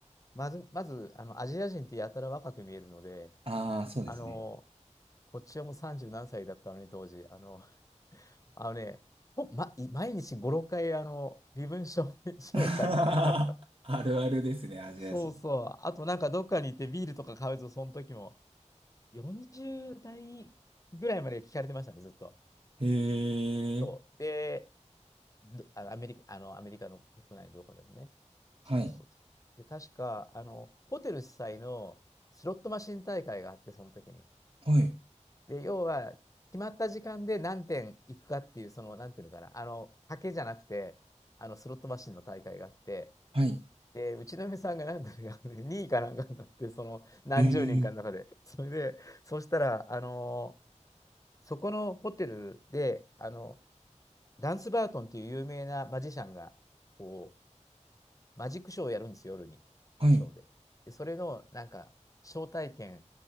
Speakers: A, on the left; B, on the right.
A: まず、まず、あの、アジア人ってやたら若く見えるので、
B: ああ、そうですね。
A: あの、こっちはもう30何歳だったのに、当時。あの、<laughs> あのね、ほ、ま、い毎日5、6回、あの、身分証明書
B: <laughs> あるあるですね、
A: <laughs> を確認された。
B: アジア人。
A: そうそう。あと、なんかどっかに行ってビールとか買うと、その時も、40代ぐらいまで聞かれてましたね、ずっと。
B: へえ。
A: そう。で、あのアメリカ、あのアメリカの国内のどこでもね。
B: はい。
A: そうそうそうで、確か、あの、ホテル主催のスロットマシン大会があって、その時に。
B: はい。
A: で、要は、決まった時間で何点行くかっていう、その、なんていうのかな、あの、賭けじゃなくて、あの、スロットマシンの大会があって、
B: はい。
A: で、うちの嫁さんがなんだろう、<laughs> 2位かなんかになって、その、何十人かの中で。
B: へえ。
A: <laughs> それで、そうしたら、あの、そこのホテルで、あの、ダンス・バートンっていう有名なマジシャンが、こマジックショーをやるんですよ、夜に。
B: はい。
A: ショーで。で、それの、なんか、招待券、